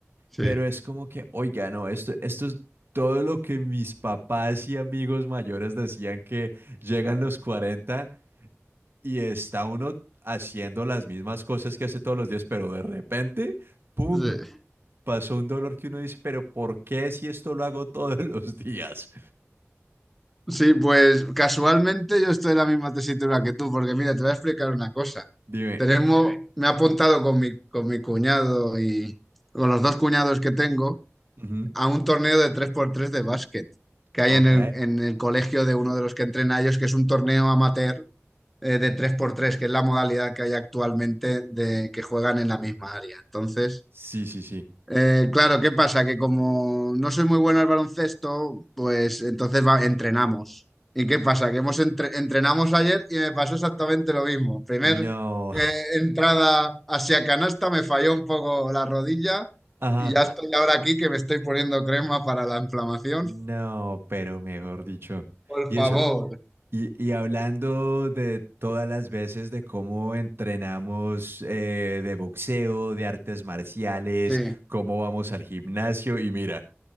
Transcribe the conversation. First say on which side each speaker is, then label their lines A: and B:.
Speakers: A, in the centre; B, on the right (about 55°).
A: Sí,
B: pero es como que, oiga, no, esto, esto es todo lo que mis papás y amigos mayores decían que llegan los 40 y está uno haciendo las mismas cosas que hace todos los días, pero de repente, ¡pum!
A: sí.
B: Pasó un dolor que uno dice, pero ¿por qué si esto lo hago todos <laughs> los días?
A: Sí, pues casualmente yo estoy en la misma tesitura que tú, porque mira, te voy a explicar una cosa.
B: Dime.
A: Tenemos, me he apuntado con mi, con mi cuñado y con los dos cuñados que tengo
B: Ujú.
A: a un torneo de tres por tres de básquet que hay
B: Ok.
A: en el, en el colegio de uno de los que entrena a ellos, que es un torneo amateur eh, de tres por tres que es la modalidad que hay actualmente de que juegan en la misma área. Entonces,
B: Sí, sí, sí.
A: eh, claro, ¿qué pasa? Que como no soy muy bueno al baloncesto, pues entonces va- entrenamos. ¿Y qué pasa? Que hemos entre- entrenamos ayer y me pasó exactamente lo mismo. Primer
B: No.
A: eh,
B: <laughs>
A: entrada hacia canasta, me falló un poco la rodilla
B: Ajá.
A: y ya estoy ahora aquí que me estoy poniendo crema para la inflamación.
B: No, pero mejor dicho.
A: Por
B: Y
A: favor.
B: eso, y, y hablando de todas las veces de cómo entrenamos eh, de boxeo, de artes marciales,
A: Sí.
B: cómo vamos al gimnasio, y mira,